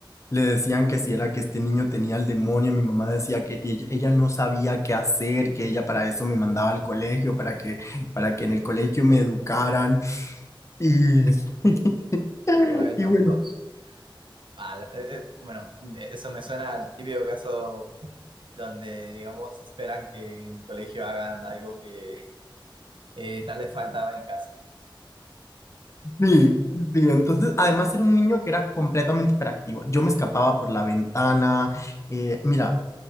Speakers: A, on the left (about 35°); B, on the right (about 65°).
A: le decían que si era que este niño tenía el demonio, mi mamá decía que ella, ella no sabía qué hacer, que ella para eso me mandaba al colegio, para que, para que en el colegio me educaran. Y, <laughs>
B: Bueno,
A: y bueno,
B: ups, ala, eh, eh, bueno, eh, eso me suena al típico caso donde, digamos, esperan que en el colegio hagan algo que eh, tal vez faltaba en casa.
A: sí, sí, entonces además era un niño que era completamente hiperactivo. Yo me escapaba por la ventana. eh, mira.